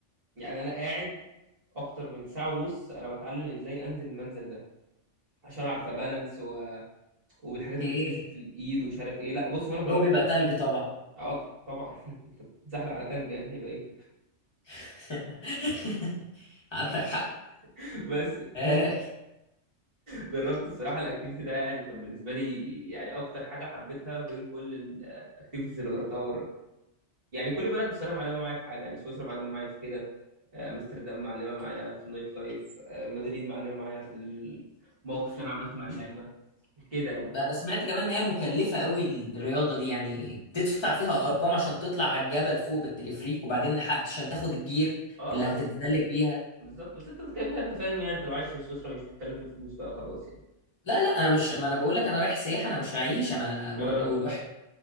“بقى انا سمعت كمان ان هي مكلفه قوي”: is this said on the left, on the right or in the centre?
Left